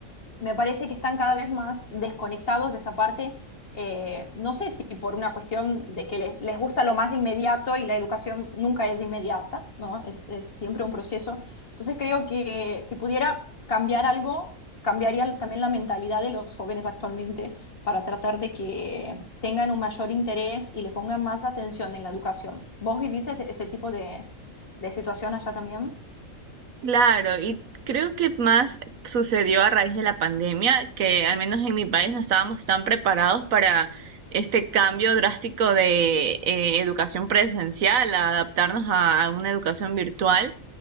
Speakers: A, on the left; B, on the right.
A: me parece que están cada vez más desconectados de esa parte. eh, no sé si por una cuestión de que les, les gusta lo más inmediato y la educación nunca es inmediata, ¿no? Es, es siempre un proceso. Entonces creo que si pudiera cambiar algo, cambiaría también la mentalidad de los jóvenes actualmente para tratar de que tengan un mayor interés y le pongan más atención en la educación. ¿Vos vivís este- ese tipo de, de situación allá también?
B: Claro, y creo que más sucedió a raíz de la pandemia, que al menos en mi país no estábamos tan preparados para este cambio drástico de eh, educación presencial, a adaptarnos a a una educación virtual.